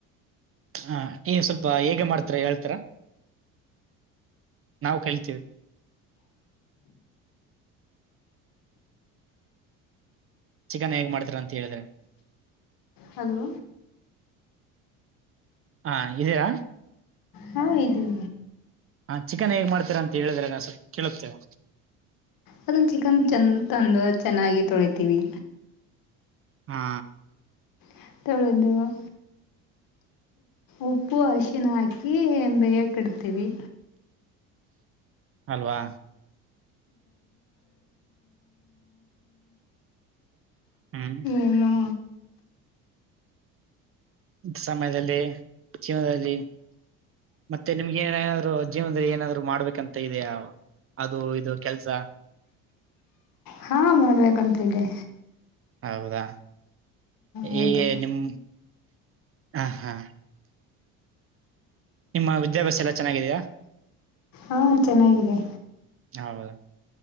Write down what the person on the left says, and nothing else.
ಹಲೋ
ಹಾ ಇದುೀ
ಅದೊನ್ನ ಚಿಕನ್ ಚೆಂದ ತಂದು ಚೆನ್ನಾಗಿ ತೊಳಿತೀವಿ
<unintelligible> ತಳದುುವ ಉಪ್ಪು ಅರಿಶಿನ ಹಾಕಿ ಬೇಯ್ಯಕ್ಕಿಡ್ತೀವಿ.
ಏನು
ಹಾ ಮಾಡ್ಬೇಕೂ ಅಂತ ಇದೆ.
ಹೌದು
ಹಾ ಚೆನ್ನಾಗಿದೆ.